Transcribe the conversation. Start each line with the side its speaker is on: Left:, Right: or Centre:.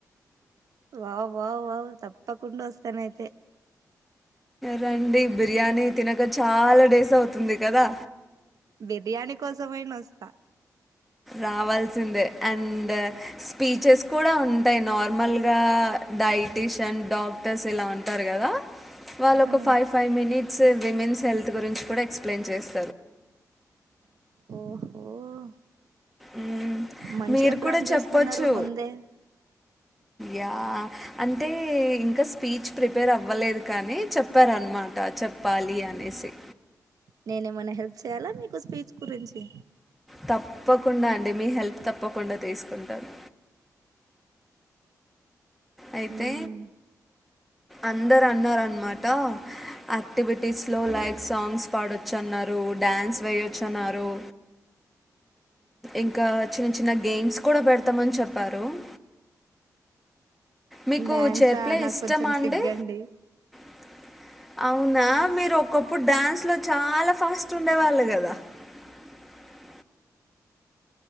Right: వావ్ వావ్ వావ్ తప్పకుండ వస్తానయితే.
Centre: రండి బిర్యానీ తినక చాలా డేస్ అవుతుంది కదా!
Right: బిర్యానీ కోసమైన వస్తా.
Centre: రావాల్సిందే. అండ్ స్పీచెస్ కూడ ఉంటాయి నార్మల్ రా డైటిషియన్ డాక్టర్స్ ఇలా ఉంటారు కదా! వాళ్ ఒక
Right: ఆ
Centre: five five minutes, women's health గురించి కూడా ఎక్స్ప్లెయిన్ చేస్తారు.
Right: ఓహో
Centre: మ్
Right: మంచిగా
Centre: మీరు
Right: ప్లాన్
Centre: కూడా చెప్పొచ్చు.
Right: చేసుకున్నారు ముందే
Centre: యా. అంటే, ఇంకా స్పీచ్ ప్రిపేర్ అవ్వలేదు కానీ, చెప్పారనమాట చెప్పాలి అన్ అనేసి
Right: నేనేమన్నా హెల్ప్ చేయ్యాలా, మీకు స్పీచ్ గురించి.
Centre: తప్పకుండా అండి. మీ హెల్ప్ తప్పకుండా తీసుకుంటాను. అయితే,
Right: ఉమ్
Centre: అందరన్నారు అన్నమాట. యాక్టివిటీస్లో లైక్ సాంగ్స్ పాడొచ్చన్నారు, డ్యాన్స్ వేయొచ్చన్నారు. ఇంకా చిన్న చిన్న గేమ్స్ కూడా పెడతామని చెప్పారు. <inaudible> మీకు
Right: డ్యాన్సా
Centre: చైర్ ప్లే
Right: నాకు
Centre: ఇష్టమా
Right: కొంచెం
Centre: అండి
Right: సిగ్గండి.
Centre: <unintelligible> అవునా, మీరు ఒకప్పుడు డ్యాన్స్ లో చాలా ఫాస్ట్ ఉండే వాళ్ళు కదా. <unintelligible>